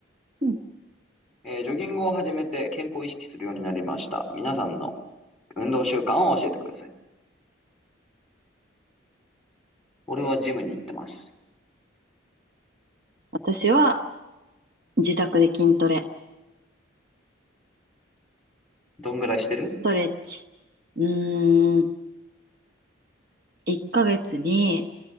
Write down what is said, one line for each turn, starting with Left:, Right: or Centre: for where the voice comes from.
Right: うん
Centre: えージョギングを始めて健康を意識するようになりました。皆さんの運動習慣を教えてください。俺はジムに行ってます。
Right: 私は自宅で筋トレ、
Centre: どんぐらいしてる
Right: ストレッチ。うーん、1ヶ月に、